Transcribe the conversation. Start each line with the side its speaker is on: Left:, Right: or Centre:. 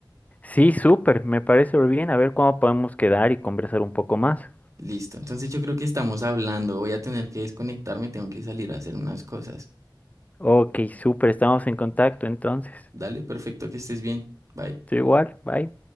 Left: Sí, súper, me parece bien. A ver cuándo podemos quedar y conversar un poco más.
Right: Listo, entonces yo creo que estamos hablando, voy a tener que desconectarme, tengo que salir a hacer unas cosas.
Left: Ok, súper, estamos en contacto entonces.
Right: Dale, perfecto, que estés bien. Bye.
Left: Estoy igual, bye.